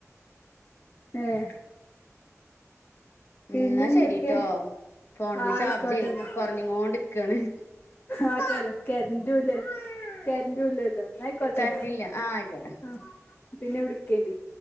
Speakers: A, on the left; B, on the left.
A: ഏഹ്
B: ഉം
A: പിന്നെന്തൊക്കെ
B: ഇന്നാ ശരീട്ടോ ഫോൺല്
A: ആയിക്കോട്ടെന്നാ
B: ചാർജെ കൊറ്ഞ്ഞ്ങ്ങോണ്ടിരിക്കാണ്
A: ആഹ് തെ തെ കര്ന്റൂല്ലലൊ കര്ന്റൂല്ലലൊ ഇന്ന അയ്ക്കോട്ടെ
B: കറണ്ടില്ല ആഹ് ആയിക്കോട്ടെ
A: ആഹ് പിന്നെ വിളിക്കണ്ടി